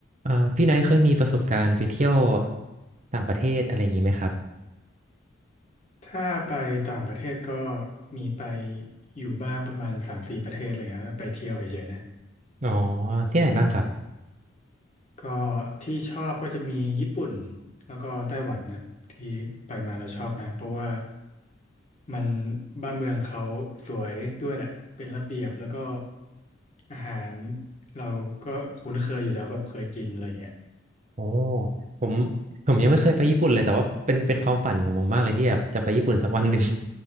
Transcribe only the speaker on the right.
อ่าพี่ไนท์เคยมีประสบการณ์ไปเที่ยวต่างประเทศอะไรอย่างนี้ไหมครับ
อ๋อที่ไหนบ้างครับ
โอ้ผมผมยังไม่เคยไปญี่ปุ่นเลยแต่ว่าเป็นเป็นความฝันของผมมากเลยที่แบบจะไปญี่ปุ่นสักวันหนึ่ง